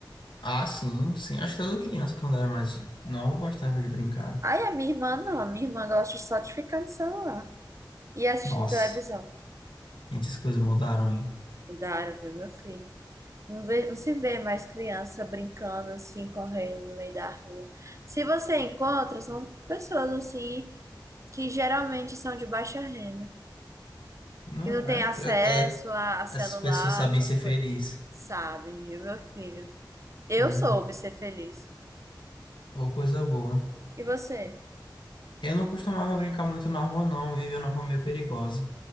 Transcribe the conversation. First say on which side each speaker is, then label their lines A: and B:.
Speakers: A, on the left; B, on the right.
A: Ah, sim, sim. Acho que toda criança, quando era mais nova, gostava de brincar.
B: Ai, a minha irmã não, a minha irmã gosta só de ficar no celular e assistindo
A: Nossa,
B: televisão.
A: muitas coisas mudaram, hein?
B: Mudaram, viu, meu filho? Não vê- não se vê mais criança brincando assim, correndo no meio da rua. Se você encontra, são pessoas assim que geralmente são de baixa renda.
A: Não,
B: que não tem
A: é?
B: acesso
A: É, é.
B: a, a celular,
A: essas pessoas sabem
B: essas
A: ser felizes.
B: coisas. Sabe, viu, meu filho? Eu
A: Pois
B: soube
A: é.
B: ser feliz.
A: Ou coisa boa.
B: E você?
A: Eu não costumava brincar muito na rua, não. Eu vivia numa rua meio perigosa.